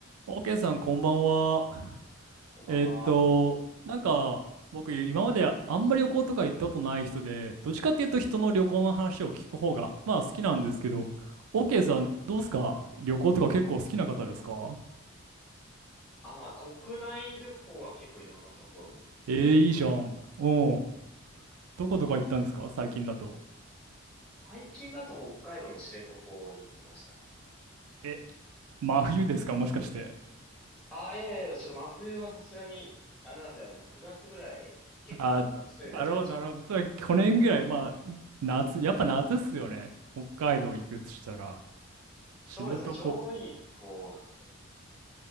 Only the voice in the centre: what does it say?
こんばんは。
あ、まあ、国内旅行は結構いろんなところに行ったことありますね。
最近だと北海道の知床に行きましたね。
あ、いやいやいや、ちょっと真冬はさすがに、あれなんで、あの、9月ぐらい、結構、
まあ、そういう意味では毎日もですけど、
そうですね、
ちょうどいい気候なんで。